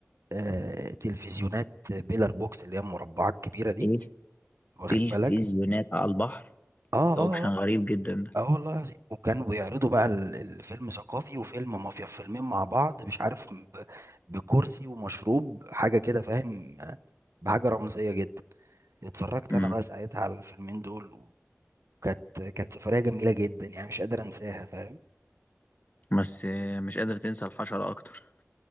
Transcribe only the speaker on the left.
ايه
تلفزيونات
على البحر
ده
اوبشن
غريب جدا ده
امم
بس آه، مش قادر تنسى الحشرة أكتر